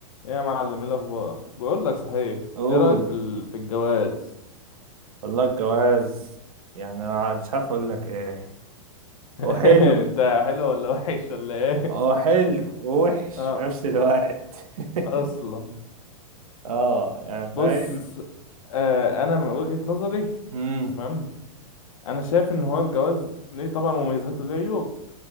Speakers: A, on the left; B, on the right.
A: إيه يا معلم ايه الاخبار بقول لك صحيح
B: قول
A: ايه رايك في ال... في الجواز
B: والله الجواز يعني أنا مش عارف اقول لك ايه
A: <laughs>
B: هو حلو
A: انت حلو ولا وحش ولا ايه
B: هو حلو ووحش
A: <laughs> اه
B: في نفس الوقت <laughs>
A: اصلا
B: اه يعني فاهم
A: بص آه انا من وجهة نظري
B: امم
A: تمام انا شايف ان هو الجواز ليه طبعا مميزات وليه عيوب